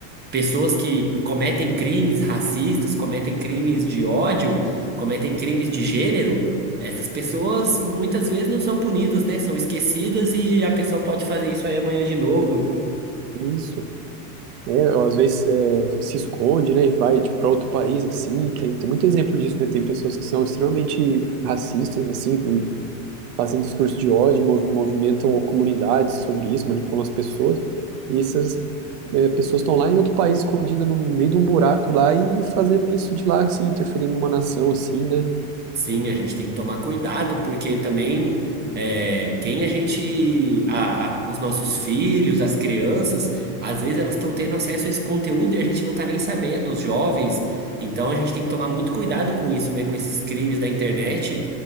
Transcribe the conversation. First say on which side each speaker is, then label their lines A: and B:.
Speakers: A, on the right; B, on the right.
A: pessoas que cometem crimes racistas, cometem crimes de ódio, cometem crimes de gênero? Essas pessoas muitas vezes não são punidas, né, são esquecidas e a pessoa pode fazer isso aí amanhã de novo.
B: Isso. Né? às vezes é, se esconde, né? E vai tipo, para outro país, assim. Tem, tem muito exemplo disso, né? Tem pessoas que são extremamente racistas, assim, fazem discurso de ódio, mov- movimentam comunidades sobre isso, manipulam as pessoas, e essas eh, pessoas estão lá em outro país, escondidas no meio de um buraco lá e fazendo isso de lá, assim, interferindo numa nação, assim, né?
A: Sim, a gente tem que tomar cuidado, porque também é, quem a gente, a- a- os nossos filhos, as crianças, às vezes elas estão tendo acesso a esse conteúdo e a gente não está nem sabendo, os jovens. Então a gente tem que tomar muito cuidado com isso, né? Com esses crimes da internet,